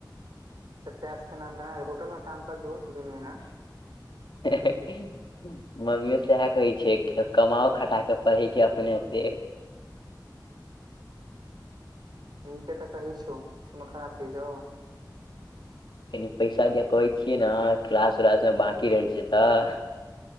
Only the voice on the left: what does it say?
हे ह मम्मीयों सेहे कहय छय कि कमाओं खटा क पढिय छय अपने पें
कनि पैसा दिये कहय छिय न क्लास-उलास मे बाकी रहय छय त